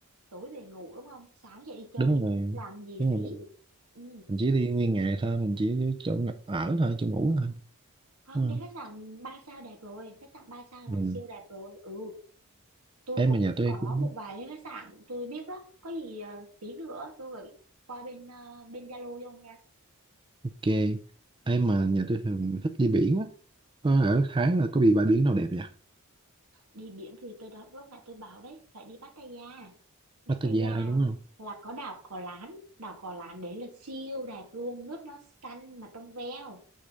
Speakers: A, on the right; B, on the right.
A: tối về ngủ đúng không sáng dậy đi chơi
B: đúng rồi
A: làm gì
B: đúng rồi
A: phí
B: mình
A: Ừ.
B: mình chỉ đi nguyên ngày thôi mình chỉ đi chỗ ng- ở thôi chỗ ngủ thôi
A: Không,
B: đúng
A: đi
B: không
A: khách sạn 3 sao đẹp rồi, khách sạn 3 sao
B: ừ.
A: là siêu đẹp rồi. Ừ, tôi
B: em
A: cũng
B: mà nhà tôi
A: có
B: cũng
A: một vài cái khách sạn tôi biết đó. Có gì ờ, tí nữa tôi gửi qua bên ờ, bên Zalo cho ông nha.
B: ok em
A: Ừ.
B: mà nhà tôi thường thích đi biển á có ở Thái là có bị bãi biển nào đẹp vậy
A: Đi biển thì tôi đó lúc nãy tôi bảo đấy, phải đi Pattaya.
B: Pattaya
A: Pattaya
B: thôi đúng không
A: là có đảo Cò Lán, đảo Cò Lán đấy là siêu đẹp luôn, nước nó xanh mà trong veo.